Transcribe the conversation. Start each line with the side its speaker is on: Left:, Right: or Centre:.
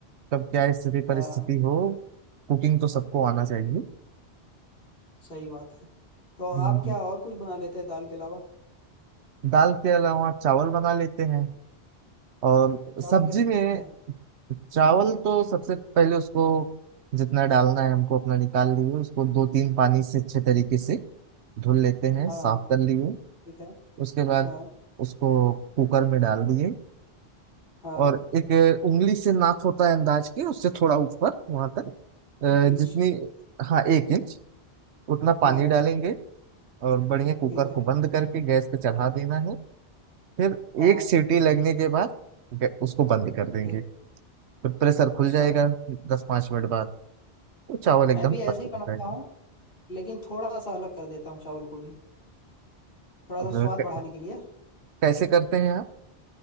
Right: कब क्या स्थिति
Left: हाँ
Right: परिस्थिति हो कुकिंग तो सबको आना चाहिए
Left: सही बात है तो
Right: हम्म,
Left: आप क्या और कुछ बना लेते हैं दाल के अलावा
Right: दाल के अलावा चावल बना लेते हैं और
Left: चावल
Right: सब्जी
Left: कैसे बनाते
Right: में
Left: हैं
Right: चावल तो सबसे पहले उसको जितना डालना है हमको अपना निकाल लिए उसको दो तीन पानी से अच्छे तरीके से धुल लेते हैं
Left: हाँ
Right: साफ
Left: हाँ
Right: कर लिए
Left: ठीक है
Right: उसके बाद
Left: हाँ
Right: उसको कुकर में डाल दिए
Left: हाँ
Right: और एक उंगली से नाप होता है अंदाज के उससे थोड़ा ऊपर वहां तक अ,
Left: एक इंच
Right: जितनी हाँ एक इंच उतना पानी
Left: हाँ
Right: डालेंगे और बढ़िया कुकर
Left: ठीक है
Right: को बंद करके गैस पे चढ़ा देना है फिर
Left: हाँ
Right: एक
Left: हाँ
Right: सीटी लगने के बाद ग- उसको बंद कर देंगे
Left: एक
Right: फिर प्रेशर खुल
Left: अच्छा
Right: जाएगा दस पाँच मिनट बाद तो चावल एकदम
Left: मैं भी ऐसे
Right: पक
Left: ही
Right: गए
Left: बनाता
Right: रहेंगे
Left: हूँ लेकिन थोड़ा सा अलग कर देता हूँ चावल को भी थोड़ा
Right: अब
Left: सा स्वाद
Right: क-
Left: बढ़ाने के लिए
Right: कैसे करते हैं आप